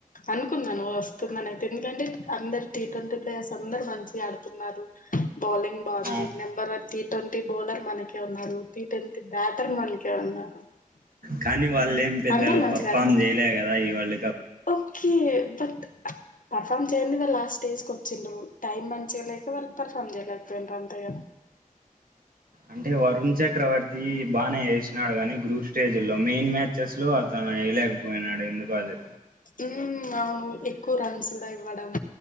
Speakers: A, on the left; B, on the right.
A: అనుకున్నాను వస్తుందనయితే ఎందుకంటే అందరు టీ ట్వంటీ ప్లేయర్స్ అందరు మంచిగా ఆడుతున్నారు బౌలింగ్ బాగుంది
B: ఉమ్
A: నెంబర్ వన్ టీ ట్వం గోదర్ మనకే ఉన్నారు టీ ట్వంటీ బెటర్ మనకే ఉన్నారు
B: కానీ వాళ్ళేం పెద్దగా
A: అందరు మంచిగా
B: పర్ఫార్మ్
A: ఆడతారు
B: చేయలే కదా ఇవళ్ళ
A: ఓకే బట్ పెర్ఫర్మ్ చేయకుండా లాస్ట్ స్టేజ్ కీ వచ్చిండ్ర టైమ్ మంచిగా లేక వాళ్ళు పర్ఫార్మ్ చేయలేకపోయిండ్ర అంతేకద
B: అంటే వరుణ్ చక్రవర్తి బాగానే వేసినాడు కానీ గ్రూప్ స్టేజ్ల్లో మెయిన్ మ్యాచెస్ లో అతను వేయలేకపోయినాడు ఎందుకు అది
A: ఉ అవును ఎక్కువ రన్స్ ఇవ్వడం